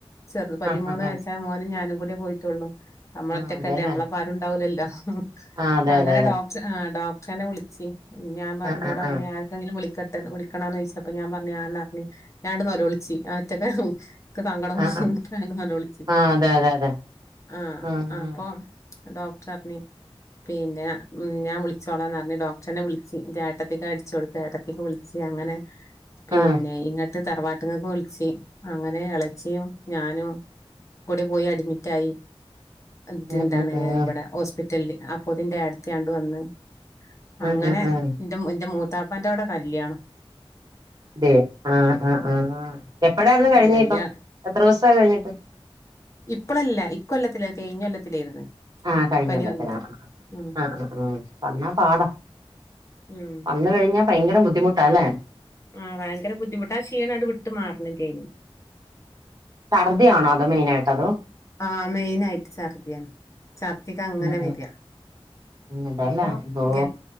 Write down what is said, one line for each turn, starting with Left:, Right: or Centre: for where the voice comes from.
Left: ചെറു പതിമൂന്ന്
Right: ആഹ് ആഹ്
Left: വയസായ
Right: ആഹ്
Left: മോന് ഞാനും കൂടി പോയിട്ടുള്ളൂ നമ്മള
Right: ആഹ്
Left: ഒറ്റക്കല്ലേ
Right: അതെല്ലേ
Left: നമ്മളപ്പം ആരുണ്ടാവൂ ല്ലല്ലോ ഉം
Right: ആഹ് അതെ
Left: അങ്ങനെ
Right: അതെ അതെ
Left: ഡോക്ടർ ആ ഡോക് നെ വിളിിച്ചു ഞാൻ പറഞ്ഞോട്
Right: ആഹ് ആഹ്
Left: പറഞ്ഞഞ്
Right: ആഹ്
Left: ആർക്കെങ്കിലും വിളിക്ക മ വിളിക്കണന്ന് ചോദിച്ചപ്പൊ ഞാൻ പറഞ്ഞു ആന്നറിഞ്ഞി ഞാടന്ന് നെ ലോളിച്ച് ഞാൻ ഒറ്റക്കല്ലേ റ സങ്കടം കൊണ്ട്
Right: ആഹ് ആഹ്
Left: നോലോളിച്ചു
Right: ആഹ് അതെ അതെ അതെ
Left: ആഹ
Right: ആഹ്
Left: അപ്പൊ ഡോക്ടർ പറഞ്ഞു പിന്നെ ഞാൻളിച്ചോളാന്ന് പറഞ്ഞ് ഡോക്ടറിനെ വിളിച്ച് ഏട്ടത്തിക്ക അടിച്ചു കൊടുത്ത ഏട്ടത്തിക്ക്‌ വിളിച്ച അങ്ങനെ പിന്നെ
Right: ആഹ്
Left: ഇങ്ങട്ട് തറവാട്ടങ്ങൊക്കെ വിളിച്ച് അങ്ങനെ ഇളച്ചിയും ഞാനോ കൂടെ പോയി അഡ്മിറ്റ ആയി എ ന്നിട്ട്
Right: ഉം
Left: എന്താണ്
Right: ഉം ഉം
Left: ഇവടെ ഹോസ്പിറ്റലിൽ ഹോസ്പിറ്റലിൽ അപ്പോതിന്റെ അടുത്തയാണ്ട് വന്ന്
Right: ഉം
Left: അങ്ങനെ
Right: ഉം ഉം
Left: എറെ എന്റെ മൂത്ത ത്താപ്പന്റെ അവിടെ കല്ല്യാണം
Right: അതെ ആ ആ ആ എപ്പടായിരുന്നു കഴിഞ്ഞ
Left: കല്യാ
Right: ഇപ്പൊ എത്ര ദിവസമായി കഴിഞ്ഞിട്ട്
Left: ഇപ്പഴല്ല ഇക്ക കൊല്ലത്തില കെ ഇഞ്ഞ കൊല്ലത്തിലായിരുന്നു
Right: ആഹ കഴിഞ്ഞ
Left: പനി
Right: കൊല്ലത്തിന
Left: വന്നത്
Right: ആ
Left: ഉം
Right: ആ ആ് ആ ആ വന്നാ പാടം
Left: ഉം
Right: വന്ന കഴിഞ്ഞ ഭയങ്കര ബുദ്ധിമുട്ടാല്ലെ
Left: ആഹ ഭയങ്കര ബുദ്ധിമുട്ട് ആ ക്ഷീണ അണ്ട് വിട്ട് മാറണില്ലേനി
Right: ഛർദി ആണോ അതൊ മെയിനായിട്ട് അതോ
Left: ആഹ് മെയിൻ ആയിട്ട് ഛർദിയാണ് ഛർദിക്ക അങ്ങനെ
Right: ഉം ഉം
Left: വരാ
Right: ഉം അതെല്ലേ
Left: അപ്പൊ
Right: അതോ
Left: യെ